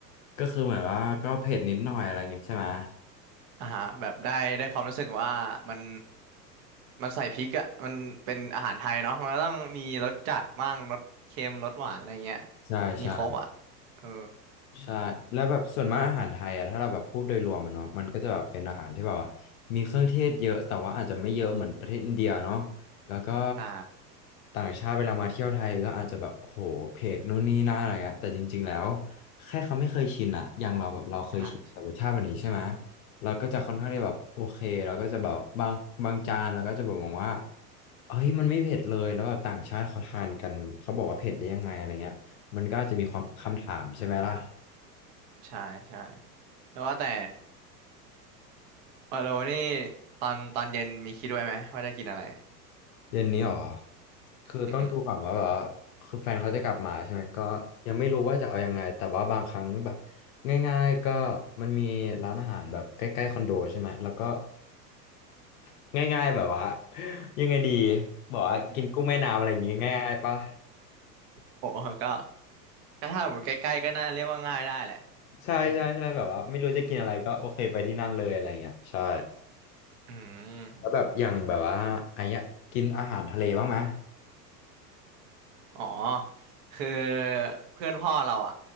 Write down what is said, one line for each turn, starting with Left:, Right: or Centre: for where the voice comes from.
Left: ก็คือเหมือนว่าก็เผ็ดนิดหน่อยอะไรเงี้ยใช่ไหม
Right: อ่าฮะแบบได้ได้ความรู้สึกว่ามันมันใส่พริกอ่ะมันเป็นอาหารไทยเนาะมันก็ต้องมีรสจัดบ้างรสเค็มรสหวานอะไรเงี้ย
Left: ใช่ใช่
Right: มีครบอ่ะเออ
Left: ใช่แล้วแบบส่วนมากอาหารไทยอะถ้าเราแบบพูดโดยรวมมันเนาะมันก็จะแบบเป็นอาหารที่แบบว่ามีเครื่องเทศเยอะแต่ว่าอาจจะไม่เยอะเหมือนประเทศอินเดียเนาะแล้วก็
Right: ใช่
Left: ต่างชาติเวลามาเที่ยวไทยก็อาจจะแบบโอ้โหเผ็ดนู่นนี่นั่นอะไรอะแต่จริงๆแล้วแค่เขาไม่เคยชินอะอย่างเราแบบเราเคยชินกับรสชาติแบบนี้ใช่ไหม
Right: ใช่ใช่
Left: เราก็จะค่อนข้างได้แบบโอเคเราก็จะแบบบางบางจานเราก็จะบอกว่าเฮ้ยมันไม่เผ็ดเลยแล้วแบบต่างชาติเขาทานกันเขาบอกว่าเผ็ดได้ยังไงอะไรเงี้ยมันก็อาจจะมีความคำถามใช่ไหมล่ะ
Right: อืมใช่ใช่แล้วว่าแต่วาโานี่ตอนตอนเย็นมีคิดไว้ไหมว่าจะกินอะไร
Left: เย็นนี้หรอคือต้องดูก่อนว่าแบบว่าคือแฟนเขาจะกลับมาใช่ไหม
Right: อืมอหือ
Left: ก็ยังไม่รู้ว่าจะเอายังไง แต่ว่าบางครั้งแบบง่ายๆก็มันมีร้านอาหารแบบใกล้ๆคอนโดใช่ไหมแล้วก็ <laughs> ง่ายๆแบบว่ายังไงดีบอกว่ากินกุ้งแม่น้ำอะไรอย่างงี้ง่ายๆปะ
Right: อืมโอ้ก็ก็ถ้าหมดใกล้ๆก็น่าเรียกว่าง่ายได้แหละ
Left: ใช่ใช่ใช่แบบว่าไม่รู้จะกินอะไรก็โอเคไปที่นั่นเลยอะไรเงี้ยใช่
Right: เอออืม
Left: แล้วแบบอย่างแบบว่าไอ้เนี้ยกินอาหารทะเลบ้างไหม
Right: อ๋อคือเพื่อนพ่อเราอ่ะ